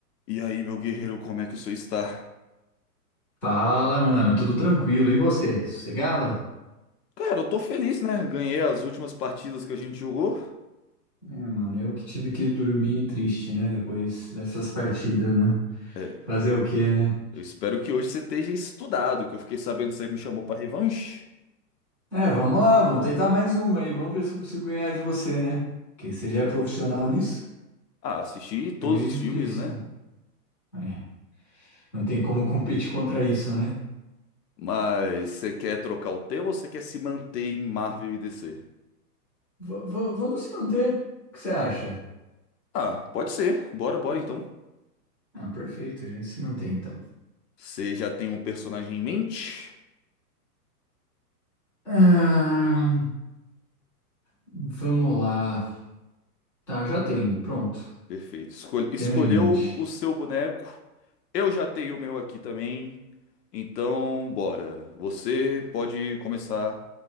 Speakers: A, on the left; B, in the centre.
A: E aí, meu guerreiro, como é que o senhor está?
B: Fala, mano, tudo tranquilo. E você? Sossegada?
A: Cara, eu tô feliz, né? Ganhei as últimas partidas que a gente jogou.
B: É, mano, eu que tive que dormir triste, né? Depois dessas partidas, né?
A: É,
B: Fazer o quê, né?
A: eu espero que hoje você esteja estudado, que eu fiquei sabendo que você me chamou pra revanche.
B: É, vamos lá, vamos tentar mais uma aí. Vamos ver se eu consigo ganhar de você, né? Porque você já é profissional nisso?
A: Ah, assisti todos
B: É meio
A: os
B: difícil.
A: filmes, né?
B: É, não tem como competir contra isso, né?
A: Mas você quer trocar o tema ou você quer se manter em Marvel e DC?
B: V- v- vamos se manter. O que você acha?
A: Ah, pode ser. Bora, bora então.
B: Ah, perfeito, a gente se mantém então.
A: Você já tem um personagem em mente?
B: Ah, vamos lá. Tá, já tenho. Pronto.
A: Perfeito. Escol- escolheu
B: Tenho em mente.
A: o seu boneco. Eu já tenho o meu aqui também. Então, bora. Você pode começar